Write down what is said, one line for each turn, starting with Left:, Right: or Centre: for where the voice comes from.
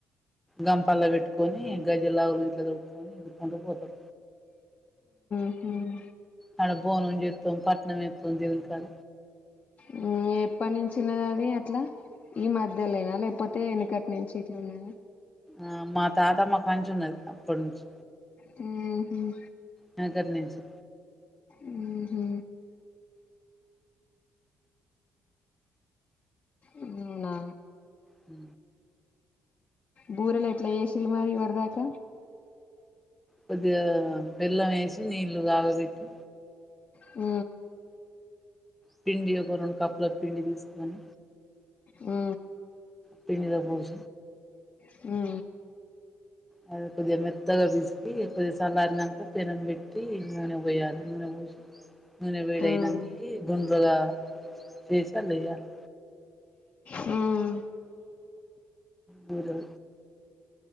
Centre: గంపల పెట్టుకొని గజ్ జిల్లా వొళ్ళ ఇంట్ల తొడుక్కొని ఈద్ కుంటా పోతాం
Left: హుమ్
Centre: ఆడ బోనం చెత్తాం పట్నం ఇత్తాం దేవునికాడ
Left: హుమ్ ఎప్పటి నుంచి ఉన్నది అది అట్లా ఈ మధ్య లోనా లేకపోతే మునపట్ నుంచి ఇట్లే ఉన్నద
Centre: ఆ మా తాతమ్మ కాంచి ఉన్నది అప్పటి నుంచి
Left: హు హ్మ్
Centre: వెనకటి నుంచి
Left: ఊ హు అవునా
Centre: హు
Left: బూరెలు ఎట్లా ఏసిరు మలి ఇవర్ దాక
Centre: కొద్దిగ బెల్లం ఏసి నీళ్లు కాగబెట్టి
Left: హు
Centre: పిండి ఒక రెండు కప్పులకు పిండి తీసుకొని
Left: హు
Centre: ప్రమిద పూజ
Left: హు
Centre: ఆ కొద్దిగా మెత్తగా పిసికి ఇ కొద్దిగా చల్లారినంక పెనం పెట్టి నూనె పోయాలి నూనె పోసి నూనె వేడి
Left: ఉమ్
Centre: అయినాక గుండ్రంగా చేసి వేయ్యాలి
Left: హ్మ్మ్
Centre: వడలు